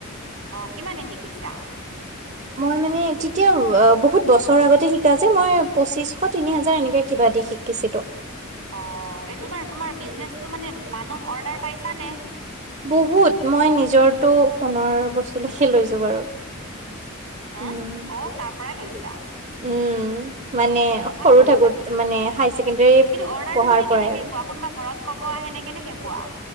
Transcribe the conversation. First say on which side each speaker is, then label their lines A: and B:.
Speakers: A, on the right (about 85°); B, on the right (about 35°).
A: অ' কিমানদিন শিকিছা?
B: মই মানে তেতিয়া বহুত বছৰৰ আগতে শিকা যে মই পঁচিশ তিনি হাজাৰ এনেকে কিবা দি শিকিছিলোঁ
A: অ এইটো তোমাৰ তোমাৰ বিজনেচটো মানে মানুহ অৰ্ডাৰ পাইছানে
B: বহুত মই নিজৰটো সোণৰ বস্তুলৈকে লৈছো বাৰু
A: হা
B: উম।
A: অ তাৰ পৰাই লৈছা
B: উম, মানে
A: অ ভাল
B: সৰু
A: কৰিছা
B: থাকোত
A: দিয়া কিন্তু
B: মানে হাই ছেকেণ্ডৰী
A: অৰ্ডাৰটো
B: পঢ়াৰ
A: তুমি
B: পৰাই
A: কেনেকে
B: আৰু
A: পোৱা কোনোবা ঘৰত কব আহে নে কেনেকে পোৱা